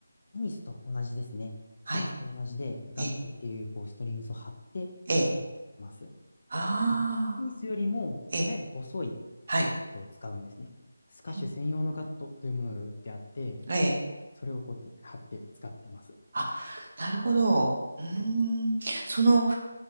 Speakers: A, on the left; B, on the right.
A: テニスと同じですね。
B: はい、
A: テニスと同じで、ガットっていうこうストリングスを張って使っています。
B: ええ、ええ、ああ、
A: でテニスよりもやや細い
B: ええ、はい、
A: ガットを使うんですね。スカッシュ専用のガットというものが売ってあって、
B: うんええ。
A: それをこう貼って使ってます。
B: あ、なるほど。うーん。その、